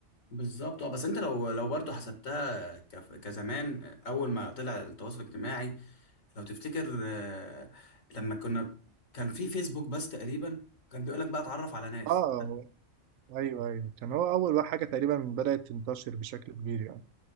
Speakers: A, on the left; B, on the right.
A: بالظبط اه بس انت لو لو برضو حسبتها كف- كزمان اول ما طلع التواصل الاجتماعي لو تفتكر آه، لما كنا كان في فيسبوك بس تقريبا كان بيقول لك بقى اتعرف على ناس
B: اه آه، ايوه ايوه كان هو اول حاجه تقريبا بدات تنتشر بشكل كبير يعني